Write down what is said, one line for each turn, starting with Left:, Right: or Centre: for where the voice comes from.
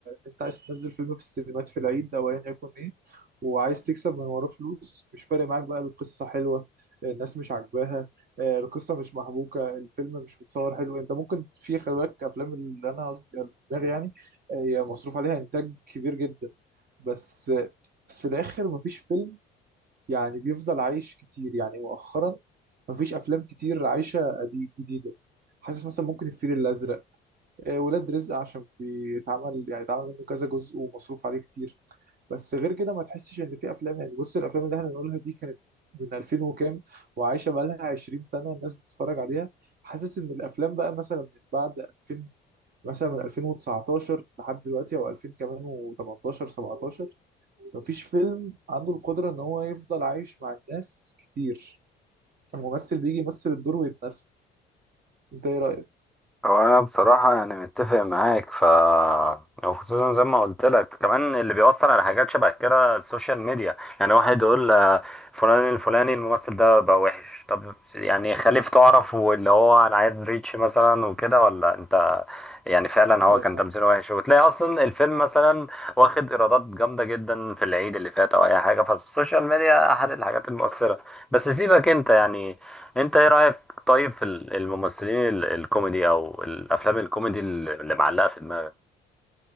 Right: انت عايز تنزل فيلم في السينمات في العيد او ايا يكن ايه وعايز تكسب من وراه فلوس مش فارق معاك بقى القصه حلوه الناس مش عاجباها آه، القصه مش محبوكه الفيلم مش متصور حلو انت ممكن في خلي بالك افلام اللي انا قصدي اللي في دماغي يعني آه، هي مصروف عليها انتاج كبير جدا بس بس في الاخر مفيش فيلم يعني بيفضل عايش كتير يعني مؤخرا مفيش افلام كتير عايشه قديم جديده حاسس مثلا ممكن الفيل الازرق آه، ولاد رزق عشان بيتعمل يعني اتعمل منه كذا جزء ومصروف عليه كتير بس غير كده ما تحسش ان في افلام يعني بص الافلام اللي احنا بنقولها دي كانت من 2000 وكام وعايشه بقى لها 20 سنه الناس بتتفرج عليها حاسس ان الافلام بقى مثلا من بعد 2000 مثلا من 2019 لحد دلوقتي او 2000 كمان و18 17 مفيش فيلم عنده القدرة ان هو يفضل عايش مع الناس كتير الممثل بيجي يمثل الدور ويتنسى انت ايه رأيك؟
Centre: هو انا بصراحه يعني متفق معاك ف وخصوصا زي ما قلت لك كمان اللي بيأثر على حاجات شبه كده السوشيال ميديا يعني واحد يقول آه، فلان الفلاني الممثل ده بقى وحش طب يعني خليف تعرف واللي هو انا عايز ريتش مثلا وكده ولا انت يعني فعلا
Right: آه.
Centre: هو كان تمثيله وحش وتلاقي اصلا الفيلم مثلا واخد ايرادات جامده جدا في العيد اللي فات او اي حاجه فالسوشيال ميديا احد الحاجات المؤثره بس سيبك انت يعني انت ايه رأيك طيب في ال- الممثلين ال- الكوميدي او الافلام الكوميدي اللي اللي معلقه في دماغك